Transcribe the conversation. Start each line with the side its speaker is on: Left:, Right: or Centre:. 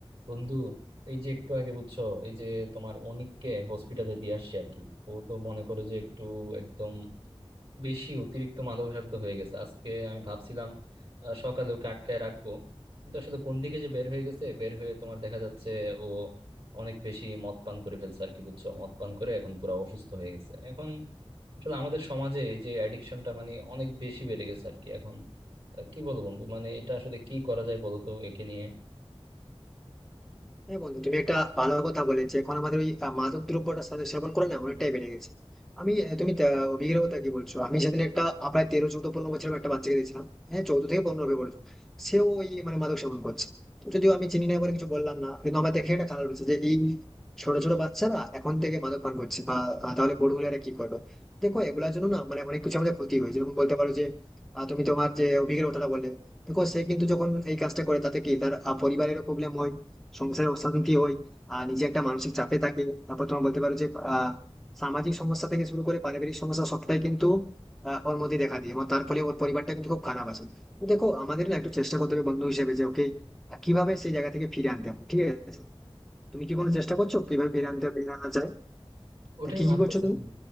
Right: বন্ধু এই যে একটু আগে বুঝছো এই যে তোমার অনিককে হসপিটালে দিয়ে আসছি আর কি ও তো মনে করে যে একটু একদম বেশি অতিরিক্ত মাদকাসক্ত হয়ে গেছে আজকে আমি ভাবছিলাম আহ, সকালে ওকে আটকায় রাখবো কিন্তু আসলে কোন দিকে যে বের হয়ে গেছে বের হয়ে তোমার দেখা যাচ্ছে ও অনেক বেশি মদ পান করে ফেলছে আর কি বুঝছো মদ পান করে এখন পুরো অসুস্থ হয়ে গেছে এখন আসলে আমাদের সমাজে এই যে অ্যাডিকশনটা মানে অনেক বেশি বেড়ে গেছে আর কি এখন আহ, কি বলবো বন্ধু মানে এটা আসলে কি করা যায় বলো তো একে নিয়ে
Centre: হ্যাঁ বন্ধু তুমি একটা ভালো কথা বলে যে এখন আমাদের ওই আহ, মাদক দ্রব্যটা সা- সেবন করে না অনেকটাই বেড়ে গেছে আমি আহ, তুমি তা- অভিজ্ঞের কথা কি বলছো আমি সেদিন একটা আহ, প্রায় তেরো চৌদ্দ পনেরো বছরের একটা বাচ্চাকে দেখছিলাম হ্যাঁ চৌদ্দ থেকে পনেরো হবে বলছো সেও ওই মানে মাদক সেবন করছে তো যদিও আমি চিনি না বলে কিছু বললাম না কিন্তু আমার দেখে একটা খারাপ হচ্ছে যে এই ছোট ছোট বাচ্চারা এখন থেকে মাদক পান করছে বা আহ, তাহলে বড় হলে এরা কি করবে দেখো এগুলোর জন্য না মানে অনেক কিছু আমাদের ক্ষতি হয়েছে যেমন বলতে পারো যে আহ, তুমি তোমার যে অভিজ্ঞের কথাটা বলে দেখো সে কিন্তু যখন এই কাজটা করে তাতে কি তার আহ, পরিবারেরও প্রবলেম হয় সংসারের অশান্তি হয় আর নিজে একটা মানসিক চাপে থাকে তারপর তোমার বলতে পারো যে আহ সামাজিক সমস্যা থেকে শুরু করে পারিবারিক সমস্যা সবটাই কিন্তু আহ, ওর মধ্যে দেখা দিই এবং তার ফলে ওর পরিবারটা কিন্তু খুব খারাপ আছে তো দেখো আমাদের না একটু চেষ্টা করতে হবে বন্ধু হিসেবে যে ওকে আহ, কিভাবে সেই জায়গা থেকে ফিরে আনতে হবে ঠিক আছে তুমি কি কোনো চেষ্টা করছো কিভাবে ফিরে আনতে হবে ফিরে আনা যায়
Right: ওটাই
Centre: তা কি
Right: ভাবতেছি
Centre: কি করছো তুমি
Right: আমি।